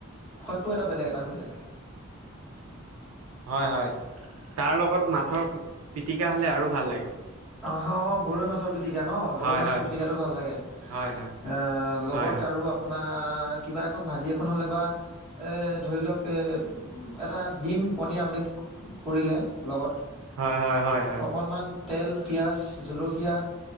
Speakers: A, in the centre; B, on the right.
A: সোৱাদটো এটা বেলেগ এটা হৈ যায়।
B: হয় হয় তাৰ লগত মাছৰ পিটিকা হ'লে আৰু ভাল লাগে।
A: আহ গৰৈ মাছৰ পিটিকা ন গৰৈ
B: হয়
A: মাছৰ
B: হয়
A: পিটিকা টো ভাল লাগে
B: হয় হয়
A: অহ লগত
B: হয়
A: আৰু আপ পোনাৰ কিবা এখন ভাজি এখন হ'লে বা ধৰি লওক এটা দিম কণী আমলেট কৰিলে লগত
B: হয় হয় হয় হয় হয় হয়
A: অকণমান তেল পিয়াজ জলকীয়া